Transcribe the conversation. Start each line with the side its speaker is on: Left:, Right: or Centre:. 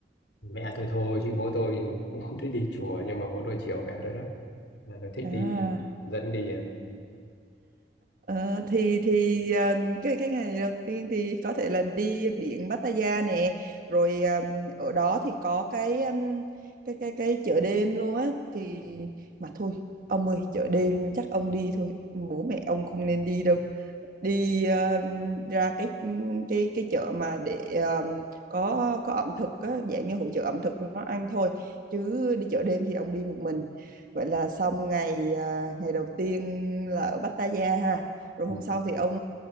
Left: mẹ tôi thôi chứ bố tôi cũng không thích đi chùa nhưng mà bố tôi chiều mẹ tôi lắm mẹ tôi thích
Right: à
Left: đi dẫn đi à.
Right: Ờ, thì thì ờ, cái cái ngày đầu tiên thì có thể là đi biển Pattaya nè rồi ờ, ở đó thì có cái ờ, cái cái cái chợ đêm luôn á thì mà thôi ông ơi chợ đêm chắc ông đi thôi bố mẹ ông không nên đi đâu đi ờ, ra cái cái cái chợ mà để ờ, có có ẩm thực á, dạng như hội chợ ẩm thực nó ăn thôi chứ đi chợ đêm thì ông đi một mình vậy là xong ngày ờ, ngày đầu tiên là ở Pattaya ha rồi
Left: Ừ,
Right: hôm sau thì ông